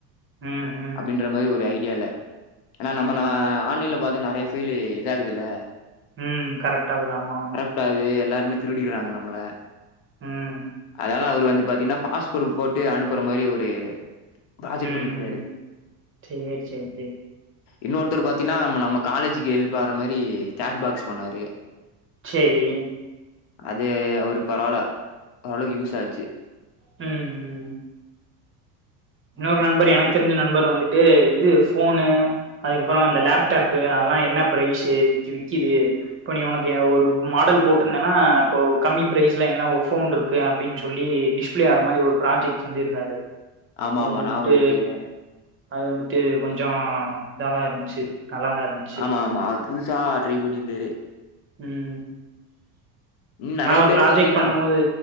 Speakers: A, on the right; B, on the left.
A: ம் ம்
B: அப்டின்ற மாரி ஒரு ஐடியால ஏனா
A: ம்.
B: நம்ம நா ஆன்லைன்ல பாத்த நெறையா ஃபைலு இதாகுதுல்ல
A: ம், கரெப்டாதாவுது, ஆமா
B: ரெண்டாவது எல்லாருமே திருடிட்றாங்க நம்மள
A: ம்
B: அதனால அவரு வந்து பாத்தீன்னா பாஸ்வேர்ட் போட்டு அனுப்புற மாரி ஒரு ப்ராஜெக்ட்
A: ம்.
B: பண்ணிருந்தாரு
A: சரி, சரி, சரி.
B: இன்னொருத்தர் பாத்தீன்னா நம்ம நம்ம காலேஜுக்கு ஹெல்ப் ஆகுற மாரி சாட் பாக்ஸ் பண்ணாரு
A: சேரி
B: அது அவரு பரவால்ல ஓரளவுக்கு யூஸ் ஆச்சு
A: ம் ம். இன்னொரு நண்பர் எனக்கு தெரிஞ்ச நண்பர் வந்துட்டு இது ஃபோனு அதுக்கப்றோ அந்த லேப்டாப்பு அதெல்லா என்ன ப்ரைஸு விக்கி விக்கிது இப்போ நீ ஒனக்கு எ ஒரு மாடல் போட்டுருந்தன்னா இப்போ கம்மி பிரைஸ்ல என்ன ஒரு ஃபோன் இரு க்கு அப்டின் சொல்லி டிஸ்பிளே ஆற மாரி ஒரு ப்ராஜெக்ட் செஞ்சிருந்தாரு
B: ஆமா,
A: அது
B: ஆமா.
A: வந்துட்டு
B: ஞாபகம் இருக்கு.
A: அது வந்துட்டு கொஞ்சோ இதாதா இருந்ச்சு நல்லாதா இருந்
B: ஆமா ஆமா அது புதுசா ட்ரை பண்ணியிருந்தாரு
A: ம்
B: இன்னும்
A: ஆனா
B: நெறைய
A: அவுரு
B: பேர்
A: ப்ராஜெக்ட்
B: பார்த்தீங்கன்னா
A: பண்ணும் போது